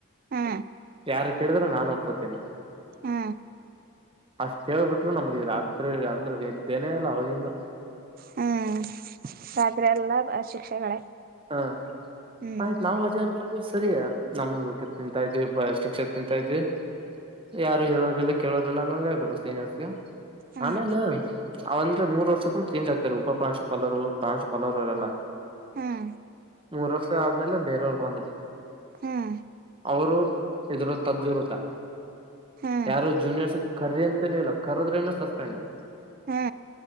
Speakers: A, on the right; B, on the right.
A: ಹಾ
B: ಯಾರ ಕೇಳಿದ್ರೆ ನಾನ್ ನೋಡ್ಕೋತೇನೆ
A: ಹ್ಮ
B: ಅಷ್ಟ್ ಹೇಳ್ಬಿಟ್ರು ನಮಗೆ ರಾತ್ರಿ ಅಂದ್ರೆ ನ್ ನಿದ್ದೇನೆ ಇಲ್ಲ ಅವಾಗಿಂದ
A: ಹ್ಮ್ ರಾತ್ರಿ ಎಲ್ಲ ಶಿಕ್ಷೆಗಳೇ
B: ಹಾ
A: ಹ್ಮ್
B: ಆಯ್ತು ನಾವ್ ಅದ ಅಳ್ಳ ಸರಿಯ ನಮ್ಗಕ ತಿಂತಾ ಇದ್ವಿ ಶಿಕ್ಷೆ ತಿಂತಾ ಇದ್ವಿ ಯಾರು ಹೇಳೋರಿಲ್ಲ ಕೇಳೋರ್ಲ್ಲ ಅನ್ನೋಂಗ ಹೇಳೆಬಿಟ್ರು ಸೀನಿಯರ್ಸ್ಗೆ
A: ಹ್ಮ್
B: ಆಮೇಲೆ ಅವಂದ್ರೆ ಮೂರ್ ವರ್ಷಕ್ಕೂ ಚೇಂಜ್ ಆಗ್ತಾರೆ, ಉಪ್ರಾಂಶಪಾಲರು, ಪ್ರಾಂಶಪಾಲರು ಅವರೆಲ್ಲ
A: ಹ್ಮ್
B: ಮೂರ್ ವರ್ಷ ಆದ್ಮೇಲೆ ಬೇರವ್ರು ಬಂದ್ರು
A: ಹ್ಮ್
B: ಅವರು ಇದ್ರ ತತ್ವಿರುದ್ಧ
A: ಹ್ಮ್
B: ಯಾರು ಜೂನಿಯರ್ಸ್ ಕರೆದೆ ಅಂತನೂ ಇಲ್ಲ ಕರದ್ರೇನು ಸಸ್ಪೆಂಡು
A: ಹಾ